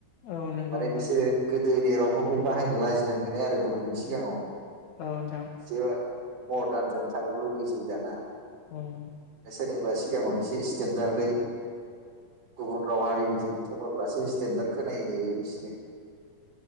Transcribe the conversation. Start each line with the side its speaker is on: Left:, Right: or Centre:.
Left: औ नंगौ
Right: माने
Left: नोंथां
Right: बिसोरो। गोदोनि रावफोरखौ बाहायनो लाजिनाय मोनो आरो गुबुननि सिगाङाव
Left: औ नोंथां।
Right: से मदार्नजों थांनो लुुबैसै दाना
Left: उम
Right: सोरनिबा सिगांङाव एसे स्टेेनडार्दै गुबुन राव हारिजों बुंङोब्लासो स्टेेनडार्ड खोन जाहैबाय बिसोरो